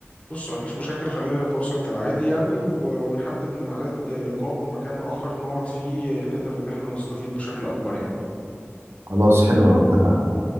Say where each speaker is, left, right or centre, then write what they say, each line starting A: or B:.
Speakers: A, on the left; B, on the right.
A: بص مفيش مشاكل خلينا نتواصل كالعادي يعني و- ونحدد ميعاد لقاء ومكان اخر نقعد فيه نقدر ان احنا نستفيد بشكل اكبر يعني
B: خلاص حلو أوي اتفقنا